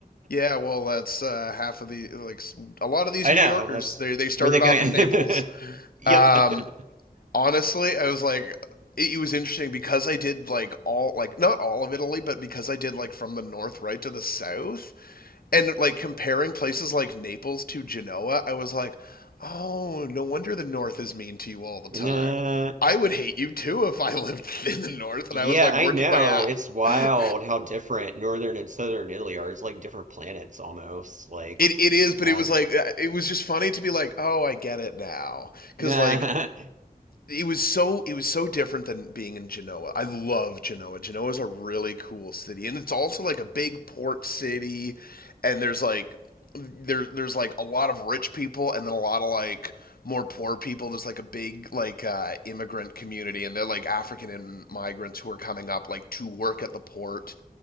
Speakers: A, on the left; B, on the right.
A: yeah well that's uh half of the like a lot
B: <laughs>
A: of these
B: I
A: New
B: know,
A: Yorkers
B: that's
A: they they started
B: where they going.
A: off in Naples
B: <laughs> Yep.
A: um honestly, I was like, it, it was interesting because I did like all like not all of Italy, but because I did like from the north right to the south, and like comparing places like Naples to Genoa, I was like, oh, no wonder the north is mean to you all the time.
B: Uh,
A: I would hate you too if I <laughs> lived in the north
B: yeah,
A: and I was like
B: I
A: working
B: know.
A: my ass.
B: It's
A: <laughs>
B: wild
A: it
B: how different northern and southern Italy are. It's like different planets almost. Like,
A: it is, but
B: um,
A: it was like uh, it was just funny to be like, oh, I get it now, because
B: nah.
A: like it was so it was so different than being in Genoa. I love Genoa. Genoa is a really cool city and it's also like a big port city and there's like there there's like a lot of rich people and then a lot of like more poor people. There's like a big like uh, immigrant community and they're like African and migrants who are coming up like to work at the port